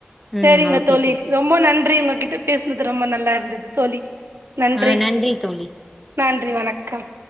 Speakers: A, in the centre; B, on the right.
A: ம்
B: செரிங்க
A: ஓகே
B: தோழி ரொம் ரொம்ப நன்றி உங்ககிட்ட பேசனது ரொம்ப நல்லா இருந்தது தோழி நன்றி
A: ஆ தோழி
B: நன்றி வணக்கம்